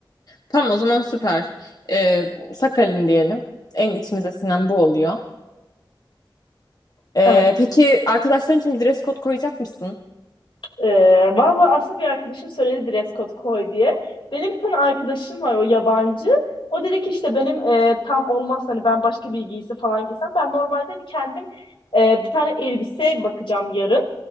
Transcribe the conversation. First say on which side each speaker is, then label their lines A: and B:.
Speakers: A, on the left; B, on the left.
A: Tamam o zaman süper. Ee, Sakalin diyelim. En içimize sinen bu oluyor. Ee,
B: Evet.
A: peki arkadaşların için bir dress code koyacak mısın?
B: Ee, valla aslında bir arkadaşım söyledi dress code koy diye. Benim bir tane arkadaşım var o yabancı. O dedi ki işte benim e, tam olmaz hani ben başka bir giysi falan giysem. Ben normalde hani kendim e, bir tane elbise bakacağım yarın.